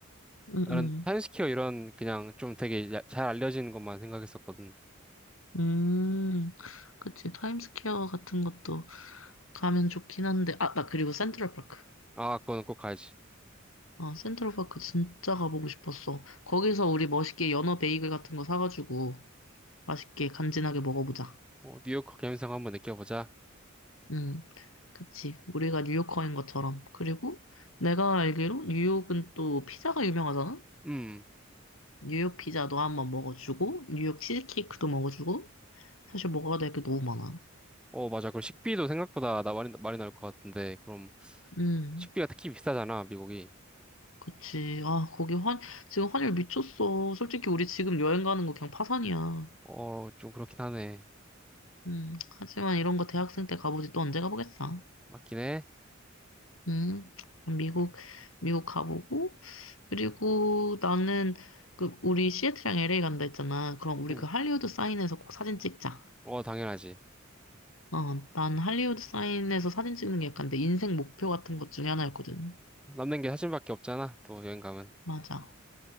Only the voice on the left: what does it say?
응응.
음, 그치. 타임스퀘어 같은 것도 가면 좋긴 한데, 아, 나 그리고 센트럴파크.
아, 센트럴파크 진짜 가보고 싶었어. 거기서 우리 멋있게 연어 베이글 같은 거 사가지고 맛있게 간지나게 먹어보자.
응 그치. 우리가 뉴요커인 것처럼. 그리고 내가 알기로 뉴욕은 또 피자가 유명하잖아?
뉴욕 피자도 한번 먹어주고, 뉴욕 치즈케이크도 먹어주고, 사실 먹어야 될 게 너무 많아.
음.
그치. 아, 거기 환, 지금 환율 미쳤어. 솔직히 우리 지금 여행 가는 거 그냥 파산이야.
음, 하지만 이런 거 대학생 때 가보지 또 언제 가보겠어.
음, 미국, 미국 가보고, 그리고 나는 그, 우리 시애틀이랑 LA 간다 했잖아. 그럼 우리
그 할리우드 사인에서 꼭 사진 찍자.
어, 난 할리우드 사인에서 사진 찍는 게 약간 내 인생 목표 같은 것 중에 하나였거든.
맞아.